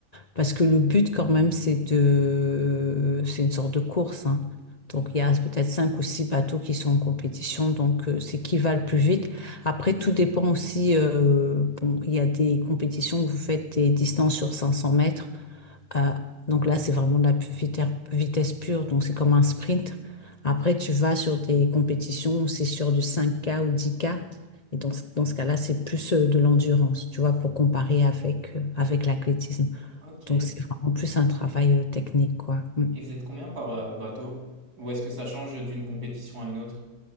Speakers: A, on the left (about 45°); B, on the right (about 75°).
A: Parce que le but, quand même, c'est de, c'est une sorte de course, hein. Donc, il y a peut-être cinq ou six bateaux qui sont en compétition. Donc, euh, c'est qui va le plus vite. Après, tout dépend aussi. euh, bon, il y a des compétitions où vous faites des distances sur 500 mètres. Euh, donc là, c'est vraiment de la pu- vite- vitesse pure. Donc, c'est comme un sprint. Après, tu vas sur des compétitions où c'est sur du 5K ou 10K. Et donc, dans ce dans ce cas-là, c'est plus euh, de l'endurance, tu vois, pour comparer avec, euh, avec l'athlétisme.
B: Ok. Et
A: Donc, c'est vraiment plus un travail euh, technique, quoi. Mm.
B: vous êtes combien par euh, bateau? Ou est-ce que ça change d'une compétition à une autre?